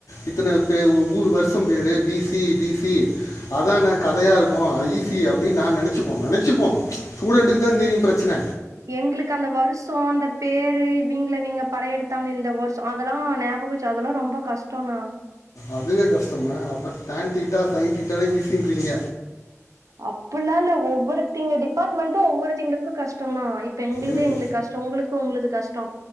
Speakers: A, on the left; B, on the right.
A: இத்தனை பே ஊரு வருஷம் பேரு பிசி பிசி அதான் நான் கதையா இருக்கும் அது ஈஸி அப்டின்னு நான் நினச்சிப்போம் நினச்சிப்போம் ஸ்டூடெண்ட்டுக்கு தான் தெரியும் பிரச்சன
B: எங்களுக்கு அந்த வருஷோ அந்த பேரு இவிங்கள விங்க படைய எடுத்தாங்க இந்த வருஷம் அதெல்லாம் ஞாபகச்சு அதெல்லாம் ரொம்ப கஷ்டம்னா
A: அதுவே கஷ்டமா அப்ப டான் டீட்டா சைன் டீட்டாலா ஈசின்றீங்க
B: அப்பல்லா இல்ல ஒவ்வொருத்தங்க டி டிபார்ட்மெண்ட்டும் ஒவ்வொருத்தங்களுக்கும் கஷ்ட்டந்தான் இப்ப எங்களுதே
A: ம்
B: எங்களுக்கு கஷ்டம் உங்களுக்கு உங்கள்து கஷ்டம்